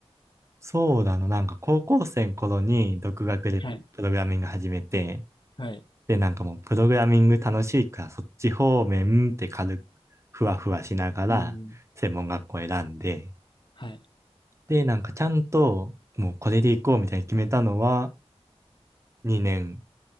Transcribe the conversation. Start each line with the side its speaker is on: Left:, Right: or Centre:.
Right: そうだな。なんか高校生の頃に独学でプログラミング始めて、
Left: はい、はい。
Right: で、なんかもうプログラミング楽しいからそっち方面って軽くふわふわしながら専門学校選んで、
Left: うん。はい。
Right: で、なんかちゃんと、もうこれで行こうみたいに決めたのは、2年